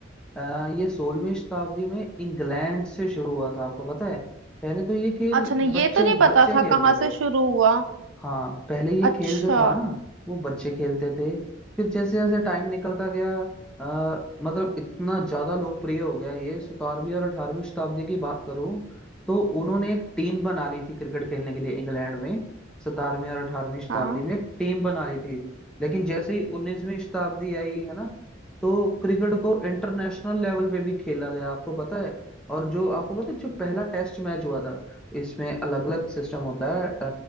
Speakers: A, in the centre; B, on the right.
A: अ, ये सोलहवीं शताब्दी में इंग्लैंड से शुरू हुआ था आपको पता है पहले तो ये खेल
B: अच्छा नहीं
A: बच्चे
B: ये तो नहीं पता
A: बच्चे
B: था
A: खेलते
B: कहाँ से
A: थे
B: शुरू हुआ
A: हाँ पहले ये
B: अच्छा
A: खेल जो था ना वो बच्चे खेलते थे फिर जैसे जैसे टाइम निकलता गया अ, मतलब इतना ज्यादा लोकप्रिय हो गया ये सतारहवीं और अठारहवीं शताब्दी की बात करूं तो उन्होंने एक टीम बना ली थी क्रिकेट खेलने के लिए इंग्लैंड में सतारहवीं और अठारहवीं शताब्दी
B: हाँ
A: में एक टीम बना ली थी लेकिन जैसे ही उन्नीसवीं शताब्दी आई है ना तो क्रिकेट को इंटरनेशनल लेवल पे भी खेला गया आपको पता है और जो आपको पता है जो पहला टेस्ट मैच हुआ था इसमें अलग अलग सिस्टम होता है